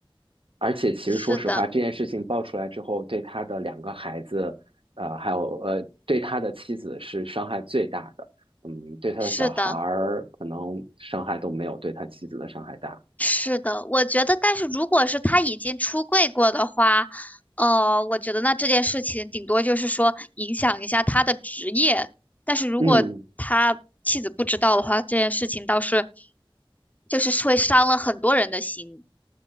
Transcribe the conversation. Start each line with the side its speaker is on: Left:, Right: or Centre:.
Right: 而且其实说实话，
Left: 是的，
Right: 这件事情爆出来之后，对他的两个孩子，呃，还有呃，对他的妻子是伤害最大的。嗯，对他的小孩儿可能伤害都没有对他妻子的伤害大。
Left: 是的。是的，我觉得，但是如果是他已经出柜过的话，呃，我觉得那这件事情顶多就是说影响一下他的职业，但是如果他妻子不知道的话，
Right: 嗯，
Left: 这件事情倒是就是会伤了很多人的心。